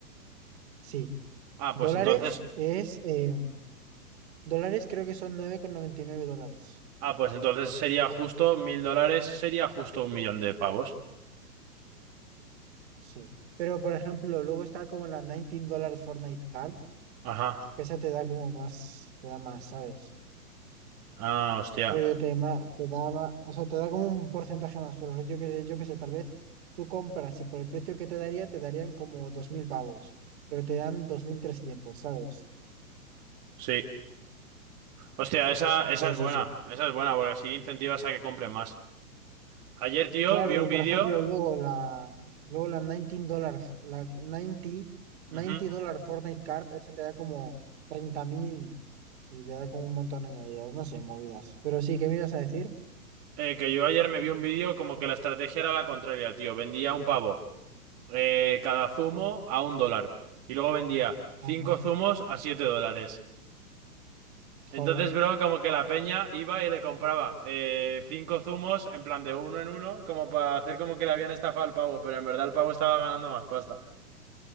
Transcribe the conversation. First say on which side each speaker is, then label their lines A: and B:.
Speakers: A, on the right; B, on the right.
A: Sí,
B: Ah,
A: dólares
B: pues entonces.
A: es, eh, dólares creo que son nueve coma noventa y nueve dólares.
B: Ah, pues entonces sería justo mil dólares. Sería justo un millón de pavos.
A: Sí. Pero, por ejemplo, luego está como la 19 Fortnite Card
B: Ajá.
A: que esa te da como más, te da más, ¿sabes?
B: Ah, hostia.
A: Rollo te, ma- te da más, o sea, te da como un porcentaje más, pero yo que sé, yo que sé, tal vez tú compras y por el precio que te daría, te darían como 2.000 pavos, pero te dan dos mil trescientos ¿sabes?
B: Sí. Hostia, esa,
A: Entonces
B: esa es buena.
A: eso.
B: Esa es buena, porque así incentivas a que compren más. Ayer, tío,
A: Claro,
B: vi
A: y
B: un
A: por
B: vídeo.
A: ejemplo, luego la, luego la 19 dólar, la 90,
B: Ujú.
A: 90 dólar Fortnite Card, esa te da como 30.000 y te da como un montón añadido, no sé, movidas. Pero sí, ¿qué me ibas a decir?
B: Eh, que yo ayer me vi un vídeo como que la estrategia era la contraria, tío. Vendía un pavo eh, cada zumo a un dólar. Y luego vendía cinco
A: Ajá.
B: zumos a siete dólares.
A: Joder.
B: Entonces, bro, como que la peña iba y le compraba eh, cinco zumos en plan de uno en uno, como para hacer como que le habían estafado al pavo, pero en verdad el pavo estaba ganando más pasta.